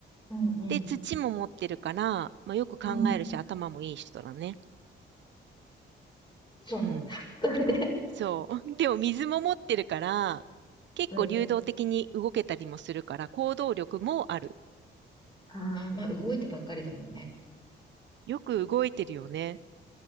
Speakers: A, on the left (about 20°); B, on the right (about 65°).
A: うんうん。
B: で、土も持ってるから、まあ、よく考えるし、
A: うん。
B: 頭もいい人だね。
A: そうなんだ。
B: うん。
A: <laughs> それで、<laughs>
B: そう。<laughs> でも水も持ってるから、結構流動的に動けたりもするから、
A: うん。
B: 行動力もある。
A: ああ、まあ動いてばっかりだもんね。
B: よく動いてるよね。